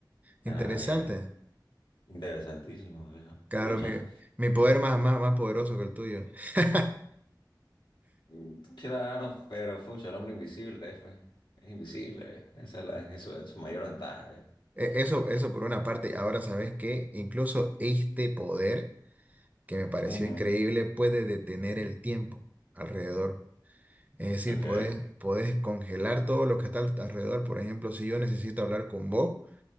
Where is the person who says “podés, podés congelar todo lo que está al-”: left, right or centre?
Right